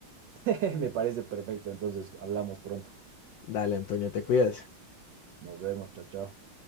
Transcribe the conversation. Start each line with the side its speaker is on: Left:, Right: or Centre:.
Right: <laughs> Me parece perfecto, entonces hablamos pronto.
Left: Dale, Antonio, te cuidas.
Right: Nos vemos, chao, chao.